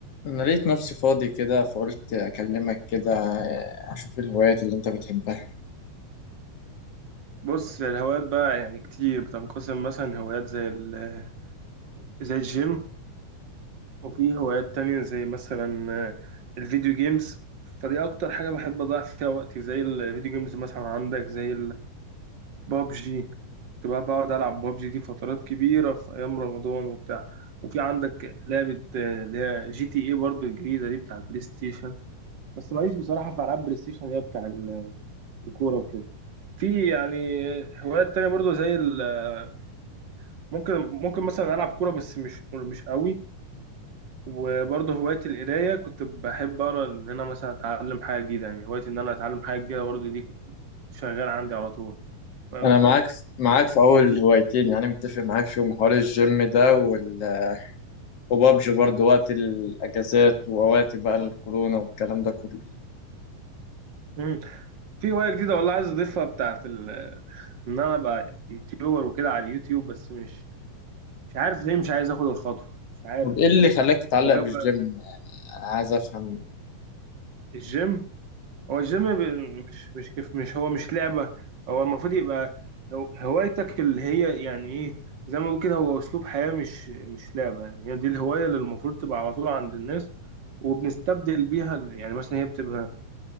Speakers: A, on the left; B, on the right.
A: أنا لقيت نفسي فاضي كده فقلت أكلمك كده آه، أشوف الهوايات اللي أنت بتحبها
B: بص الهوايات بقى يعني كتير بتنقسم مثلا هوايات زي ال... زي الجيم وفي هوايات تانية زي مثلا آه، الفيديو جيمز فدي أكتر حاجة بحب أضيع فيها وقتي زي الفيديو جيمز مثلا عندك زي البابجي كنت بقى بقعد ألعب بابجي دي فترات كبيرة في أيام رمضان وبتاع وفي عندك لعبة آه، اللي هي جي تي إيه برضه الجديدة دي بتاع البلاي ستيشن بس ماليش بصراحة في ألعاب بلاي ستيشن اللي هي بتاع ال- الكورة وكده في يعني هوايات تانية برضه زي ال آه، ممكن ممكن مثلا العب كوره بس مش مش قوي وبرضه هوايتي القرايه كنت بحب اقرا ان انا مثلا اتعلم حاجه جديده يعني هوايتي ان انا اتعلم حاجه جديده برضه دي شغاله عندي على طول فاهم
A: أنا
B: ازاي؟
A: معاك معاك في أول هوايتين يعني متفق معاك شو محور الجيم ده وال... وبابجي برضه وقت الأجازات ووقت بقى الكورونا والكلام ده كله
B: مم. في هوايه جديده والله عايز اضيفها بتاعت ال... ان انا ابقى يوتيوبر وكده على اليوتيوب بس مش مش عارف ليه مش عايز اخد الخطوه مش عارف
A: طب إيه اللي
B: يعني
A: خلاك تتعلق
B: هو
A: بالجيم
B: يبقى
A: يعني أنا عايز أفهم
B: الجيم هو الجيم ب- مش مش كيف مش هو مش لعبة هو المفروض يبقى هو- هوايتك اللي هي يعني ايه زي ما بقول كده هو اسلوب حياة مش مش لعبة يعني هي دي الهواية اللي المفروض تبقى على طول عند الناس وبنستبدل بيها ال- يعني مثلا هي بتبقى